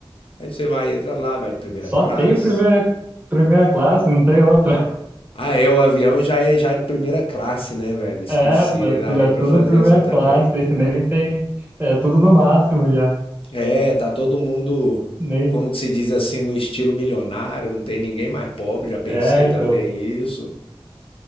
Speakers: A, on the left; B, on the right.
A: Aí você vai, entra lá, vai de primeira
B: só
A: classe.
B: tem primeira, primeira classe, não tem outra.
A: Ah, é, o avião já é já de primeira classe, né, velho? Esqueci,
B: É, pô,
A: daria
B: tu- é
A: pra
B: tudo
A: fazer
B: primeira
A: essa também.
B: classe, <laughs> nem tem. É tudo no máximo já.
A: É, tá todo mundo,
B: Nem,
A: como que se diz assim, no estilo milionário, não tem ninguém mais pobre, já pensei
B: é, então,
A: também isso.